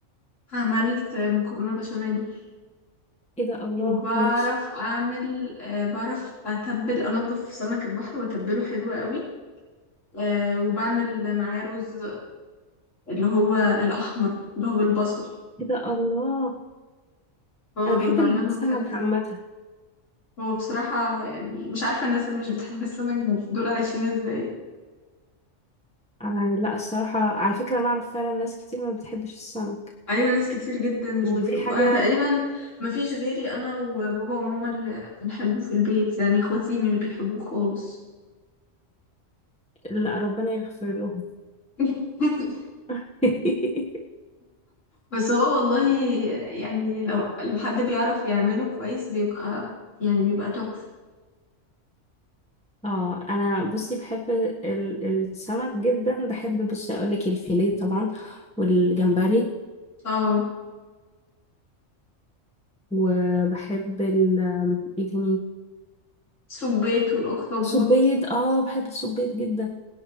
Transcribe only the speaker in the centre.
ايه ده الله
ماشي
ايه ده الله
انا بحب
السمك
عامه
آه لا الصراحة على فكرة أنا أعرف فعلا ناس كتير ما بتحبش السمك
ودي
حاجة
لا ربنا يغفر لهم
<laughs>
اه انا بصي بحب ال- السمك جدا بحب بصي اقول لك الفيليه طبعا والجمبري
وبحب ال ايه تاني
صبيط اه بحب الصبيط جدا